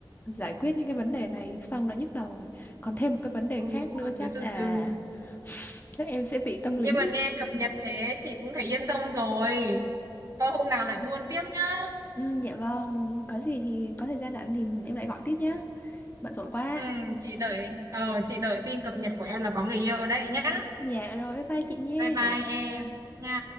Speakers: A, on the left (about 20°); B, on the right (about 40°).
A: giải quyết những cái vấn đề này xong đã nhức đầu rồi còn thêm một cái vấn đề
B: ừ
A: khác
B: thôi
A: nữa chắc
B: cứ từ
A: à
B: từ
A: chắc em sẽ bị tâm lý
B: nhưng mà nghe cập nhật thế chị cũng thấy yên tâm rồi thôi hôm nào lại buôn tiếp nhá
A: ừ, dạ vâng có gì thì có thời gian rảnh thì em lại gọi tiếp nhé bận rộn quá
B: ừ chị đợi ờ chị đợi tin cập nhật của em là có người yêu đấy nhá
A: dạ rồi bye bye chị nhé
B: bye bye em nha